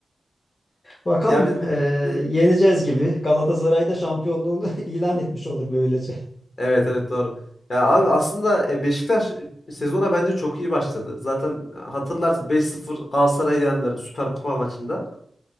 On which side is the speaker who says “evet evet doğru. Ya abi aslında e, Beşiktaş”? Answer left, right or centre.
Left